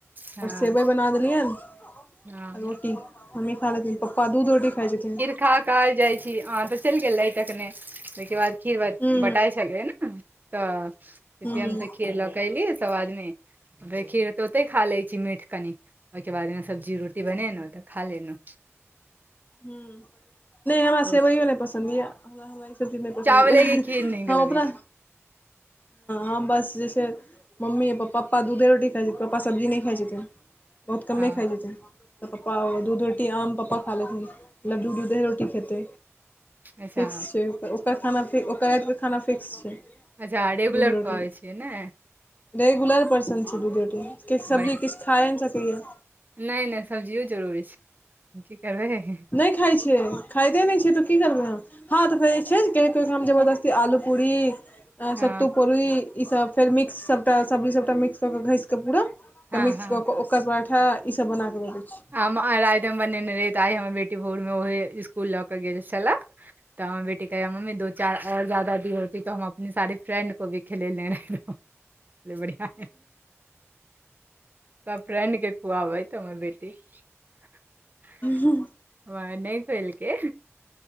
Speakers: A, on the right; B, on the left.
A: हँ
B: आओर सेवइ बना देलियनि आ
A: हँ
B: रोटी हम्मी खाय लेथिन पप्पा दूध रोट खाय छथिन
A: खाक जाई छी अहाँ तऽ चलि गेल रहै तखने तहिके बाद खीर
B: हूँ
A: बटाई छलै ने तऽ फर
B: हूँ
A: हमस
B: हूँ
A: खीर लऽकली सभ आदमी <unintelligible> <unintelligible> बेखीर तऽ औते खा लै छी मीठ कनि। ओके बाद सब्जी रोटी बने नौ तऽ खा ले नौ
B: ह नहि हमरा
A: तऽ
B: सेवइयो नहि पसन्द यऽ हम रती नै पसंद
A: चावलेके
B: यैन
A: खीर नीक
B: हम
A: लगैत
B: अपना
A: छै
B: हं बस जेछै मम्मी पप्पा दूधे रोटी खाइ छैय पप्पा सब्जी नहि खाइ छथिन। बहुत कमे
A: हँ
B: खाई छथिन तऽ पप्पा दूध रोटी आम पप्पा खा लेथिन लड्डू दूधे रोटी खेतै
A: अच्छा
B: फिक्स छै तऽ ओकर खाना फ ओकर रातके खाना फिक्स छै
A: अच्छा रेगुलर
B: दूध रोटी
A: पबै छियै नै
B: रेगुलर पर्सन छै दूध रोटी कि सब्जी
A: बढ़िआँ
B: किछु खाए न नहि सकैएा
A: नहि नहि सब्जियो जरूरी छैय की करबै।
B: नहि खाई छै खाईते नहि छै त की करबै आहाँ हँ तऽ फेर छै क काम जबरदस्ती आलू पूरी
A: हँ
B: सत्तू पुरि ईसभ फेर मिक्स सबटा सब्जी सबटा मिक्स कऽ क घैस कऽ पूरा तऽ
A: हँ
B: मिक्स
A: हँ
B: कऽ ओकर पराठा ईसभ बना कऽ ददै छी
A: हम आइ राति मे बनेने रहिये तऽ आइ हमर बेटी भोरमे ओहे स्कुल लऽ के गेल छले <unintelligible> इ कहे मम्मी दो चार और जादा भी होती तऽ हम अपने सारे फ्रेंड को भी खेले ले रहे बढ़ियां फ्रेंड के खुआबै तऽ हमर बेटी <unintelligible> <inaudible>
B: हूँ
A: वाह नहि देलकय।